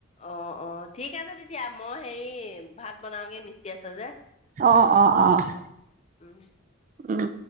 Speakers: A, on the left (about 30°); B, on the right (about 40°).
A: অ', অ', ঠিক আছে তেতিয়া। মই হেৰি ভাত বনাওগে, মিস্ত্ৰী আছে যে।
B: অ', অ', অ'।
A: উম
B: উম।